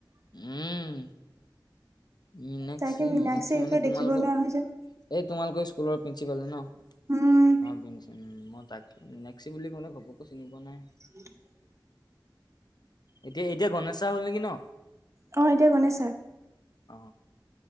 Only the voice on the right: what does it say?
তাকে মীনাক্ষী
দেখিব
নোৱাৰা হয় যায়।
উম
<unintelligible>
অ, এতিয়া গণেশ চাৰ।